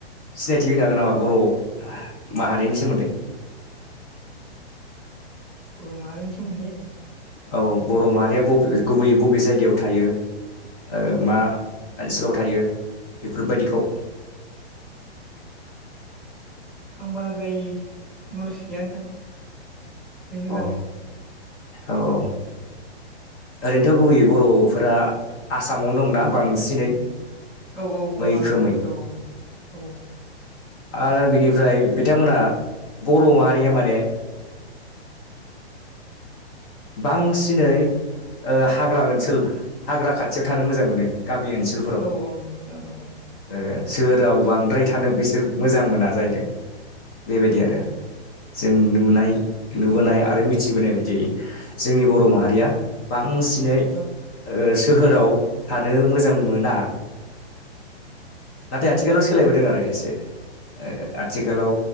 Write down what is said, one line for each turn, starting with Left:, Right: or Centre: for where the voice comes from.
Left: सिनायथि होनो हागोन नामा बर' माहारिनि सोमोन्दै
Centre: बर' माहारिनि सोमोनदै
Left: औ बर' माहारिया बबे गुबैयै बबे जायगायाव थायो ओ मा ओनसोलाव थायो बेफोरबायदिखौ
Centre: आं बाराद्राय नलेज गैया नोंथां बेनि
Left: अ
Centre: बागै
Left: औ औ ओरैनोथ गुबैयै बर'फोरा आसामावनो दंना बांसिनै।
Centre: औ औ
Left: मैखोमै
Centre: औ आसामावनो दं औ औ
Left: आरो बिनिफ्राय बिथांमोनहा बर' माहारिया माने बांसिनै हाग्रा ओनसोल हाग्रा खाथियाव थानो मोजां मोनो गामि ओनसोल‌
Centre: औ औ नोंथां औ
Left: ओ सोहोराव बांद्राय थानो बिसोर मोजां मोना जाहैदों बेबायदि
Centre: औ
Left: आरो
Centre: नोंथां
Left: जों
Centre: औ नोंथां औ
Left: नुनाय नुबोनाय आरो मिथिबोनाय बायदि जोंनि बर' माहारिया
Centre: औ
Left: बांसिनै
Centre: औ
Left: सोहोराव थानो मोजां मोना नाथाय आथिखालाव सोलायबोदों
Centre: औ
Left: आरो एसे आथिखालाव